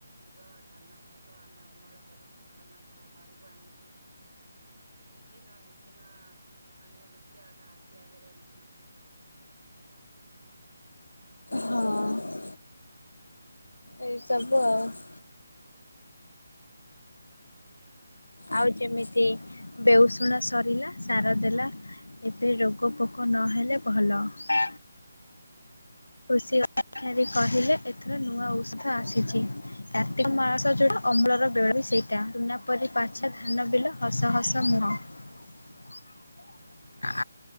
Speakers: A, on the right; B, on the left.
A: ଯିବ ଧାନ ହବ ଆମ୍ ମେ ଅମଳ କରିବୁ ଧାନ ତା ଘରକୁ ଆଣିବୁ । ବିଭିନ୍ନ ବିଭିନ୍ନ ମାନେ ଦୃଶ୍ୟ ତା ଆଖି ଆଗରେ ଏମିତି ନାଚୁଥାଏ ।
B: ହଁ । ଏଇସବୁ ଆଉ । ଆଉ ଯେମିତି ବେଉଷୁଣା ସରିଲା ସାର ଦେଲା ଏବେ ରୋଗ ପୋକ ନହେଲେ ଭଲ । ଖୁସି ଅ ଠାରୀ କହିଲେ ଏଥର ନୂଆ ଔଷଧ ଆସିଛି । କାର୍ତ୍ତିକ ମାସ ଯୋଉଟା ଅମ୍ଳର ବେଳ ସେଇଟା ରୁନା ପରି ପାଛେ ଧାନ ବିଲ ହସ ହସ ମୁହଁ । ଆ